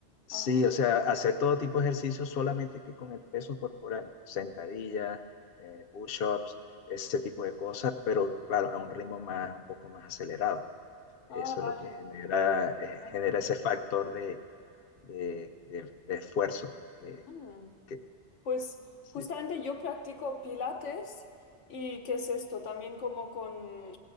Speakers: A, on the left; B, on the left.
A: Sí,
B: Ajá.
A: o sea, hacer todo tipo de ejercicios solamente que con el peso corporal, sentadillas, eh, push-ups, ese tipo de cosas, pero claro, a un ritmo más, un poco más acelerado. Eso
B: Ah, vale,
A: es lo que genera, eh,
B: vale.
A: genera ese factor de, de- de- de esfuerzo. que-
B: Mm.
A: que-
B: Pues
A: sí,
B: justamente yo practico pilates y ¿qué es esto? También como con,